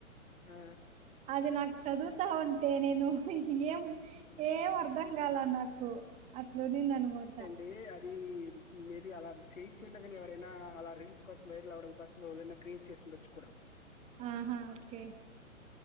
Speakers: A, on the left (about 70°); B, on the right (about 15°).
A: ఆ.
B: అది నాకు చదువుతా ఉంటే, నేను ఎం ఏం అర్థం కాల, నాకు అట్ల ఉన్నింది అన్ మాట
A: డి అది మేబి అలా చేయకపోయినా కానీ ఎవరైనా అలా రీల్స్ కోసం వైరల్ అవ్వడం కోసం ఎవరైనా క్రియేట్ చేసి ఉండొచ్చు కూడ
B: ఆహా ఒకే